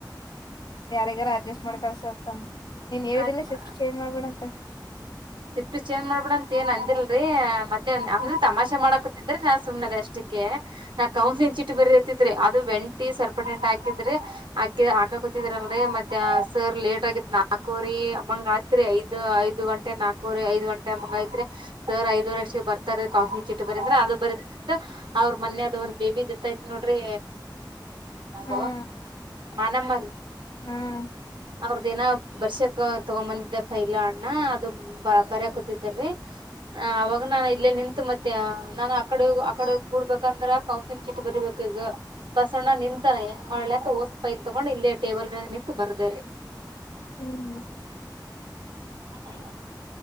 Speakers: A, on the left; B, on the right.
A: ಯಾರಿಗಾರ ಅಡ್ಜಸ್ಟ್ ಮಾಡಿ ಕಳಸ ಅಂತಾನ ನೀನ ಹೇಳಿದ್ದಿಲ್ಲ
B: ಆತ್ಮ
A: ಶಿಫ್ಟ್ ಚೇಂಜ್ ಮಾಡ್ಬೇಡಂತ.
B: ಶಿಫ್ಟ್ ಚೇಂಜ್ ಮಾಡಬೆಡಾ ಅಂತ ಏನ ಅಂದಿಲಡ್ರಿ ಮತ್ತೆ ಅಂದ್ರ ತಮಾಷೆ ಮಾಡಾಕತಿದ್ರ ರಿ ನಾ ಸುಮ್ಮ ಆದೆ ಅಷ್ಟಕ್ಕೇ. ನಾ ಕೌನ್ಸಿಲಿಂಗ್ ಚಿಟ್ ಬರಕತ್ತಿದ್ರ ಅದು ವೆಂಟಿ ಸರ್ಪೆಂಟು ಹಾಕಿದ್ರೆ ಆಕಿ ಹಾಕ. ಕೂತಿದ್ರಲರಿ ಮತ್ತೆ ಸರ್ ಲೇಟ್ ಆಗಿತ್ತು ನಾಲ್ಕವರಿ ಅವಂಗ ಆತ್ರಿ ಐದ ಐದು ಗಂಟೆ ನಾಲ್ಕು. ಕೋರಿ ಐದು ಗಂಟೆ ಹಂಗಐತ್ರಿ. ಸರ್ ಐದ್ ವರ್ಷಕ್ಕೆ ಬರ್ತಾರ ಕಾಪಿ ಚಿಟ್ ಬರದ್ರ ಅಂದ್ರೆ ಅದು ಬರದಿಟ್ಟ ಅವ್ರ ಮೊನ್ನೆದೊಂದ. ಬೇಬಿ ಡೆತ್ತೈತಿ ನೋಡ್ರಿ ಆಬವ್ವಾ
A: ಹ್ಮ್
B: ಮಾನಮ್ಮರಿ.
A: ಹ್ಮ್
B: ಅವ್ರದೇನ ಬರ್ಸಕ್ ತಗೊಬಂದಿದ್ದ ಫೈಲ ಅಣ್ಣಾ ಅದು. ಬ ಬರ್ಯಾಕೂತಿದ್ದರೀ ಅವಾಗ ನಾನ ಇಲ್ಲೇ ನಿಂತು ಮತ್ತೆ ನಾನು ಆಕಡೆ ಆಡೆ. ಕುಡ್ಬೇಕಂದ್ರ ಕೌನ್ಸಿನ್ ಚೀಟ್ ಬರಿಬೇಕ ಈಗ ಬಸಣ್ಣ ನಿಂತಾನ ಹೆಂಗ ಮಾಡ್ಲ ಅಂತ ಒಸು ಫೈಲ್. ತಗೊಂಡು ಇಲ್ಲೇ ಟೇಬಲ್ ಮ್ಯಾಗನಿಂತು ಬರ್ದಾರಿ
A: ಹ್ಮ್
B: ಹು